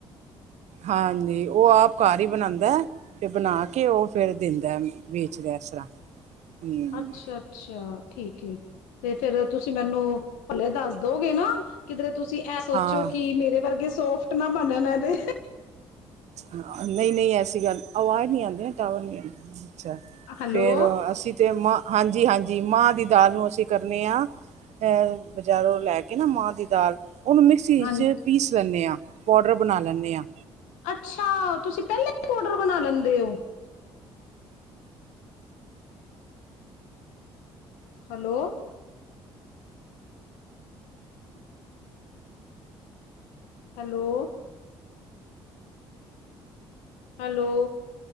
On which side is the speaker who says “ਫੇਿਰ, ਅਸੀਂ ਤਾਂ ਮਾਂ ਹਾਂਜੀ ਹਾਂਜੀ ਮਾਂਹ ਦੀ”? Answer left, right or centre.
Right